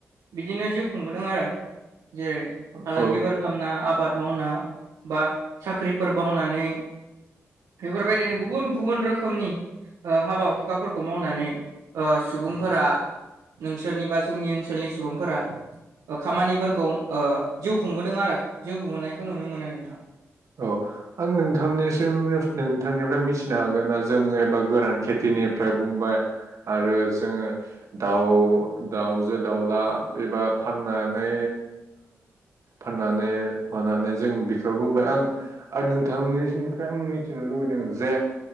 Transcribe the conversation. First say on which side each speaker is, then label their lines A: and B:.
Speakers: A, on the right; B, on the right.
A: बिदिनो जिउ खुंबोदों आरो जेरै फालांगिफोर
B: औ
A: खालामना आबाद मावना बा साख्रिफोर मावनानै बेफोरबायदिनो गुबुन गुबुन रोखोमनि हाबा हुखाफोरखौ मावनानै सुबुंफोरा नोंसोरनि बा जोंनि ओनसोलनि सुबुंफोरा खामानिफोरखौ जिउ खुंबोदों आरो जिउखौोनायखौ नुनो मोनो नोंथां
B: औ आं नोंथांनिसिम नोंथांनिफ्राय मिथिनो हागोन न जों एबा गोरान खेथिनिफ्राय बुंबाय आरो जोङो दाउ दाउजो दाउला एबा फाननानै फाननानै मानानै जों बेखौ बुंबाय आं आरो नोंथांनिनिफ्राय आ मिथिनो लुबैदों जे